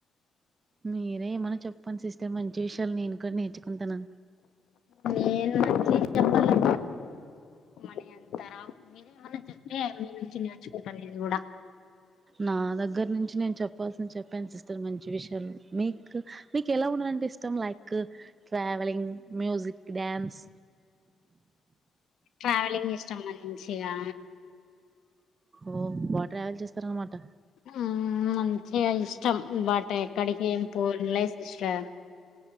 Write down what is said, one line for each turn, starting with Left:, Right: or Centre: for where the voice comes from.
Right: మీరే ఏమన్నా చెప్పండి సిస్టర్ మంచి విష్యాలు నేను కూడ్ నేర్చుకుంటాను
Left: నేను మంచివి చెప్పాలి తే అంతర మీరేమన్న చెప్తే అవి మీ నుంచి నేర్చుకుంట నేను గూడా
Right: నా దగ్గర నుంచి నేన్ చెప్పాల్సింది చెప్పాను సిస్టర్ మంచి విష్యాలు మీక్ మీకెలాఉండాలన్టె ఇస్ తమ్ like travelling music dance
Left: travelling ఇష్టం మంచిగా
Right: ఓ బా ట్రావెల్ చేస్తారూ అన్మాట
Left: ఆ మంచిగా ఇష్టం బట్ ఎక్కడికి ఏం పోలే సిస్టర్